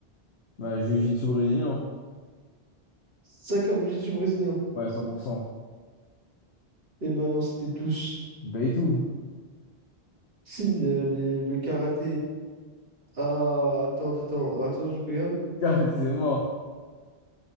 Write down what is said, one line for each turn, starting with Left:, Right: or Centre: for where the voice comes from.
Left: Bah, jiu-jitsu brésilien. hein.
Right: Ça comme jiu-jitsu brésilien.
Left: Ouais, 100%.
Right: Eh ben non, c'était tous.
Left: Bah, et tout.
Right: Si, euh, les- le karaté. Ah, attends, attends, attends, je regarde.
Left: <laughs> Arrêtez, c'est mort.